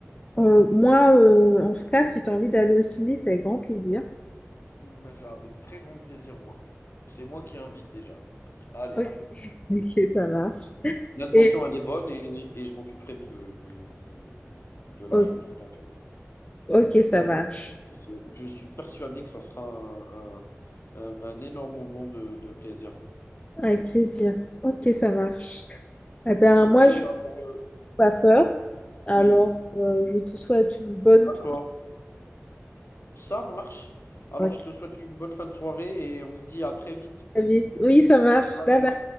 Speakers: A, on the left (about 25°); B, on the left (about 55°).
A: euh, moi, euh, en tout cas, si tu as envie d'aller au ciné, c'est avec grand plaisir.
B: Mmh, bah, je avec très grand plaisir, moi. C'est moi qui invite déjà. Allez,
A: Ok, ok, ça marche.
B: l'intention,
A: Et,
B: elle est bonne et et je m'occuperai de du du de la
A: ok,
B: chose, t'en fais pas
A: ok, ça marche.
B: plus, je suis persuadé que ça sera un un un un énorme moment de de plaisir.
A: Avec plaisir. Ok, ça marche. Eh bien,
B: OK,
A: moi, je suis
B: alors, heu,
A: coiffeur, alors
B: oui,
A: euh, je te souhaite une bonne
B: d'accord,
A: fin.
B: ça marche. Alors
A: Ok,
B: je te souhaite une bonne fin de soirée et on se dit à très vite.
A: à vite. Oui, ça marche.
B: Salut.
A: Bye bye.